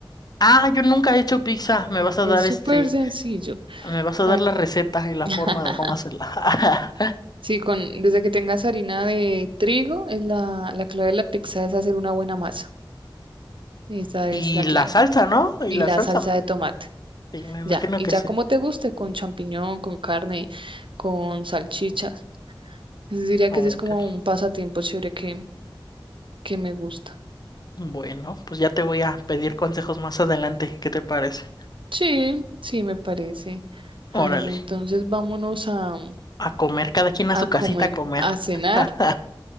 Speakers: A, on the left (about 50°); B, on the right (about 70°).
A: Ah, yo nunca he hecho pizza. Me vas a
B: Es
A: dar
B: súper
A: este,
B: sencillo.
A: me vas a
B: Aquí.
A: dar la receta y la
B: <laughs>
A: forma de cómo hacerla. <laughs>
B: Sí, con, desde que tengas harina de trigo, es la, la clave de la pizza es hacer una buena masa. Esa es
A: Y
B: la
A: la
B: clave.
A: salsa, ¿no? Y
B: Y
A: la
B: la
A: salsa,
B: salsa
A: me-
B: de tomate.
A: sí, me imagino
B: Ya, y
A: que
B: ya
A: sí.
B: como te guste, con champiñón, con carne, con salchichas. Entonces diría
A: Oh,
B: que ese es como
A: ok.
B: un pasatiempo chévere que, que me gusta.
A: Bueno, pues ya te voy a pedir consejos más adelante. ¿Qué te parece?
B: Sí, sí, me parece. Jaime,
A: Órale,
B: entonces vámonos a,
A: a comer, cada quien a
B: a
A: su
B: comer,
A: casita a comer.
B: a cenar
A: <laughs>